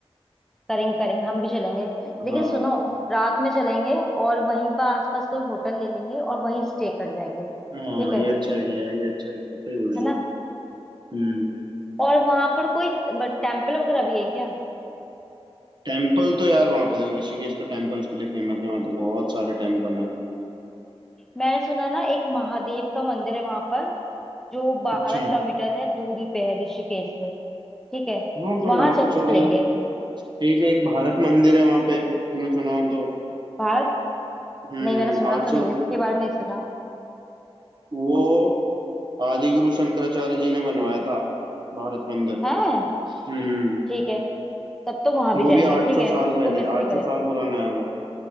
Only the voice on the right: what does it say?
हाँ
हाँ
ये अच्छा आइडिया है ये अच्छा आइडिया सही बोल रही
है हम्म
टेम्पल तो यार वहाँ पे देखो ऋषिकेश तो टेम्पल्स के लिए फेमस है वहाँ तो बहुत सारे टेम्पल हैं
अच्छा
हाँ तो
वहाँ तो
चला जाए ठीक है एक भारत मंदिर है वहाँ पे तुमने सुना हो तो
हम्म
आठ
सौ
वो आदिगुरु शंकराचार्य जी ने बनवाया था भारत मंदिर
हम्म
वो
भी आठ
सौ
साल
पहले
आठ
सौ साल पुराना है वो